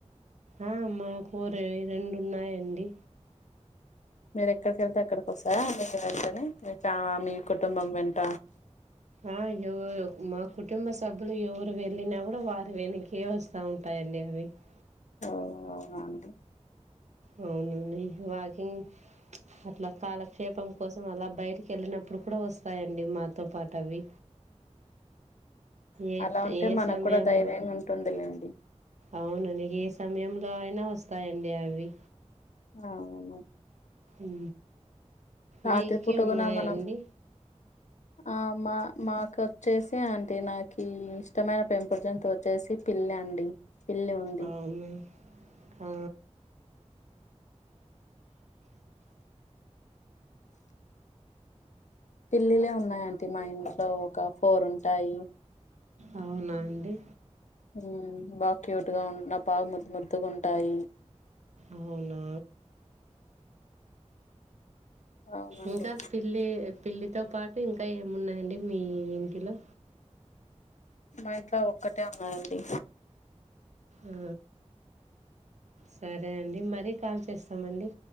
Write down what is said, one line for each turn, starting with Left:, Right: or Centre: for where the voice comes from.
Right: ఆ మా ఫోరు రెండు ఉన్నాయండి
Left: మీరు ఎక్కడికెళ్తే అక్కడికి వస్తదా వెంటనే మీ చ మీ కుటుంబం వెంట
Right: ఆ ఎవరు మా కుటుంబ సభ్యులు ఎవరు వెళ్ళినా కూడా వారి వెనకే వస్తా ఉంటాయండి అవి మరి
Left: ఓ అండి
Right: అవునండి వాకింగ్ అట్లా కాలక్షేపం కోసం అలా బయటికి వళ్ళినప్పుడు కూడా వస్తాయండి మాతో పాటు అవి ఏ
Left: అలా ఉంటే
Right: ఏ
Left: మనకు
Right: సమయం
Left: కూడా ధైర్యంగా ఉంటుందిలేండి
Right: అవును నీక్ ఏ సమయంలో అయినా వస్తాయండి అవి
Left: అవును
Right: ఊ
Left: రాత్రి
Right: మీకు
Left: పూట
Right: ఉన్నాయండి
Left: కూడా మనం ఆ మా మాకొచ్చేసి అంటే నాకి ఇష్టమైన పెంపుడు జంతు వచ్చేసి పిళ్ళి అండి పిల్లి ఉంది
Right: అవునా ఆ
Left: పిల్లిలే ఉన్నాయ్ ఆంటీ మా ఇంట్లో ఒక ఫోర్ ఉంటాయి
Right: అవునా అండి
Left: ఊ బాగా క్యూట్ గా నాక్ బాగా ముద్ ముద్దుగా ఉంటాయి
Right: అవునా
Left: అవునండి
Right: ఇంకా పిల్లి పిల్లితో పాటు ఇంకా ఏమున్నాయండి మీ ఇంటిలో
Left: మా ఇంట్లో ఒక్కటే ఉన్నాయండి
Right: ఊ సరే అండి మరీ కాల్ చేస్తామండి